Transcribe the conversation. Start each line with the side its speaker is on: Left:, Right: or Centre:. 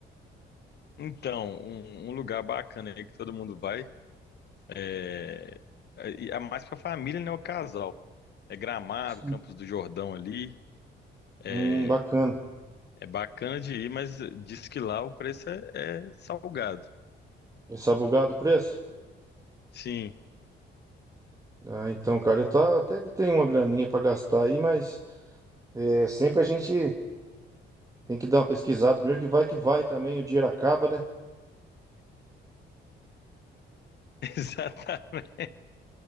Left: Então, um, um lugar bacana aí que todo mundo vai é, é, é mais pra família, né? O casal. É Gramado,
Right: Sim.
Left: Campos do Jordão ali. É,
Right: Hum, bacana.
Left: é bacana de ir, mas diz que lá o preço é, é salgado.
Right: Esse abogado preço?
Left: Sim,
Right: Ah, então, cara, eu tá, até que tenho uma graninha pra gastar aí, mas é, sempre a gente. Tem que dar uma pesquisada primeiro, que vai que vai também, o dinheiro acaba, né?
Left: <laughs> exatamente.